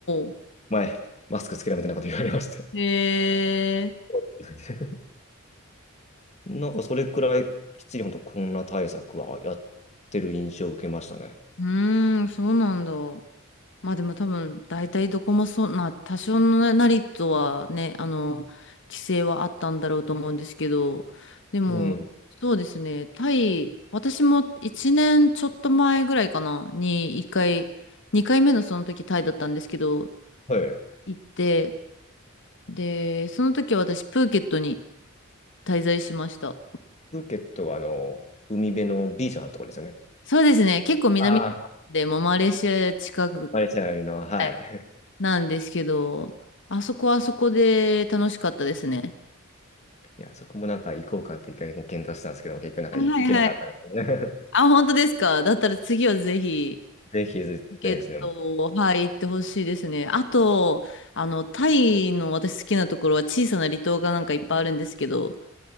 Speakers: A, on the left; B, on the left.
A: ー
B: 前、マスクつけろみたいなこと言われまして。
A: へー。
B: <laughs> なんかそれくらいきっちり本当コロナ対策はやってる印象を受けましたね。
A: うーん、そうなんだ。まあでも多分、大体どこもそんな、多少のなりとはね、あの、規制はあったんだろうと思うんですけど、でも、
B: うん。
A: そうですね、タイ、私も1年ちょっと前ぐらいかな、に1回、2回目のその時タイだったんですけど、
B: はい。
A: 行って、で、その時は私、プーケットに滞在しました。
B: プーケットはあの、海辺のビーチのところですよね。
A: そうですね。結構南の方でもマレーシア近く
B: ああ。マレーシアよりの、はい。
A: はいなんですけど、あそこはあそこで楽しかったですね。
B: いや、そこもなんか行こうかって一回検討したんですけども、結局なんかい行けなかったので、
A: あはいはい。あ、本当ですか。だったら次はぜひ、
B: <laughs> ぜひ絶対ですね。
A: ゲット、はい、行ってほしいですね。あと、あの、タイの私好きなところは小さな離島がなんかいっぱいあるんですけど、